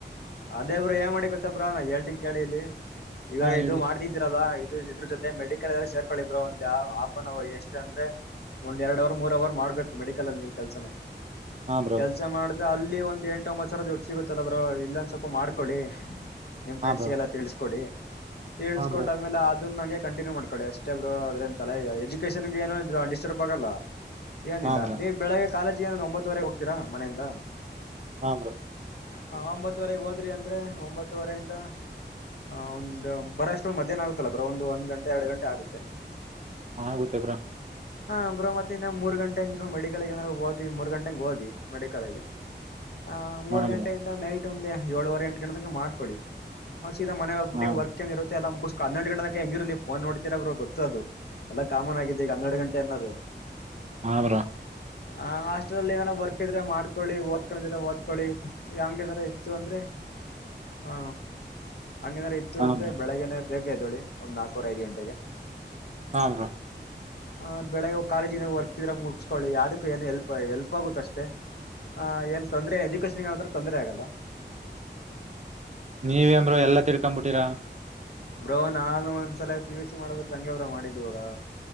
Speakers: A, on the left (about 60°); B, on the right (about 40°).
A: ಅದೇ ಬ್ರೋ ಏನ ಮಾಡಿ ಗೊತ್ತ ಬ್ರೋ ನಾ ಹೇಳ್ತೀನ್ ಕೇಳಿ ಇಲ್ಲಿ ಈವಾಗ
B: ಹಾ
A: ಇದು
B: ಹೇಳಿ
A: ಮಾಡ್ ಇದಿದ್ರರಲ್ಲಾ ಇದು ಇದ್ರ ಜೊತೆ ಮೆಡಿಕಲ್ ಎಲ್ಲ ಸೇರ್ಕೊಳ್ಳಿ ಬ್ರೋ ಒಂದು ಯಾವ್ ಆಫ್ ಅನ್ ಅವರ್ ಎಷ್ಟ ಅಂದ್ರೆ. ಒಂದ್ ಎರಡ್ ಅವರ್ ಮೂರ್ ಅವರ್ ಮಾಡ್ಬೇಕು ಮೆಡಿಕಲ್ ಅಲ್ಲಿ ನೀವ್ ಕೆಲ್ಸನ.
B: ಹಾ ಬ್ರೋ.
A: ಕೆಲ್ಸ ಮಾಡಿದ್ರೆ ಅಲ್ಲಿ ಒಂದ್ ಎಂಟು ಒಂಬತ್ತ ಸಾವಿರ ದುಡ್ ಸಿಗುತ್ತಲ್ಲ ಬ್ರೋ ಇಲ್ಲೊಂದ ಸ್ವಲ್ಪ ಮಾಡ್ಕೊಳ್ಳಿ. ನಿಮ್ ಫ್ರೆಂಡ್ಸ್ಗೆಲ್ಲ
B: ಹಾ ಬ್ರೋ
A: ತಿಳ್ಸಕೊಡಿ ತಿಳಿಸಕೊಟ್ಟ
B: ಹಾ ಬ್ರೋ
A: ಆಮೇಲ್ ಅದನ್ನ ಹಂಗೆ. ಕಂಟಿನ್ಯೂ ಮಾಡಕೊಳ್ಳಿ ಅಷ್ಟೇ ಬ್ರೋ ಅದ್ರ ತಲೆ ಇದೆ ಎಜುಕೇಷನ್ ಏನೋ ಡಿಸ್ಟರ್ಬ್ ಆಗಲ್ಲ. ಏನಿಲ್ಲ
B: ಹಾ ಬ್ರೋ
A: ನೀವ್ ಬೆಳಿಗ್ಗೆ ಕಾಲೇಜಿಗೆ ಏನ ಒಂಬತ್ತುವರೆಗೆ ಹೋಗತೀರಾ ಮನೆಯಿಂದ.
B: ಹ ಬ್ರೊ.
A: ಹ ಒಂಬತ್ತುವರೆಗೆ ಹೋದ್ರಿ ಅಂದ್ರೆ ಒಂಬತ್ತುವರಿಂದ. ಹ ಒಂದು ಬರೋಷ್ಟ್ರಲ್ಲಿ ಮಧ್ಯಾಹ್ನ ಆಗುತ್ತಲ್ಲ ಬ್ರೋ ಒಂದು ಒಂದ್ ಗಂಟೆ ಎರಡು ಗಂಟೆ ಆಗುತ್ತೆ.
B: ಹಾ ಆಗುತ್ತೆೇಬ್ರೊ.
A: ಹಾ ಬ್ರೋ ಮತ್ತ್. ಮತ್ತಿನ ಮೂರ್ ಗಂಟೆ ಮೆಡಿಕಲ್ ಏಂದ್ರೆ ಹೋಗಿ ಮೂರು ಗಂಟೆಗೆ ಹೋಗಿ ಮೆಡಿಕಲ್ಗೆ. ಹ ಮೂರ್
B: ಹಾ
A: ಗಂಟೆಯಿಂದ
B: ಬ್ರೋ
A: ನೈಟ್ ಒಂದೆ ಏಳುವರೆ ಎಂಟು ಗಂಟೆ ತನಕ ಮಾಡ್ಕೊಳ್ಳಿ. ಸೀದಾ ಮನೆ ಹೋಗ್ಬಟ್ಟ
B: ಹಾ
A: ವರ್ಕ್ ಏನ ಇರುತ್ತ ಎಲ್ಲ ಮುಗಸ್ಕೊ ಹನ್ನೆರಡ ಗಂಟೆ ತನಕ ಹೆಂಗಿರು ನೀವು ಫೋನ್ ನೋಡ್ತೀರಾ ಬ್ರೋ ಗೊತ್ತು ಅದು. ಎಲ್ಲಾ ಕಾಮನ್ ಆಗಿದೆ ಈಗ ಹನ್ನೆರಡು ಗಂಟೆ ಅನ್ನದು.
B: ಹಾ ಬ್ರೋ.
A: ಹ ಅಷ್ಟ್ರಲ್ಲಿ ಏನಾರ ವರ್ಕ್ ಇದ್ರೆ ಮಾಡಕೊಳ್ಳಿ ಓದಕನೋಡಿದ್ರೆ ಓದ್ಕೊಳ್ಳಿ. ಹಂಗಂದ್ರ ಇತ್ತು ಅಂದ್ರೆ ಹ ಹಂಗನ ಇ ಇತ್ತು
B: ಹಾ
A: ಅಂದ್ರೆ
B: ಬ್ರೋ
A: ಬೆಳಗ್ನೆ ಬೇಗ ಎದ್ದೇಳಿ ಒಂದ್ ನಾಲ್ಕವರೆ ಐದು ಗಂಟೆಗೆ.
B: ಹ ಬ್ರೋ.
A: ಹ್ ಬೆಳಗ್ ಹೋಗ ಕಾಲೇಜಿನ ವರ್ಕ್ಸಿದ್ರೆ ಮುಗಿಸಸ್ಕೊಳ್ಳಿ ಯಾವದಕ್ಕ ಏನು ಹೆಲ್ಪ್ ಹೆಲ್ಪ್ ಆಗುತ್ತಷ್ಟೆ. ಹ ಏನ್ ತೊಂದರೆ ಎಜುಕೇಶನ್ ಏನಂತ್ರ ತೊಂದರೆ ಆಗಲ್ಲ.
B: ನೀವೇನ ಬ್ರೋ ಎಲ್ಲ ತಿಳ್ಕೊಂಡ ಬಿಟ್ಟಿರಾ.
A: ಬ್ರೋ ನಾನು ಒಂದ್ಸಲ ಪಿ ಯುಸ್ ಸಿ ಮಾಡ್ಬೇಕ ಹಂಗ ಬ್ರೋ ಮಾಡಿದ್ದವಾಗ.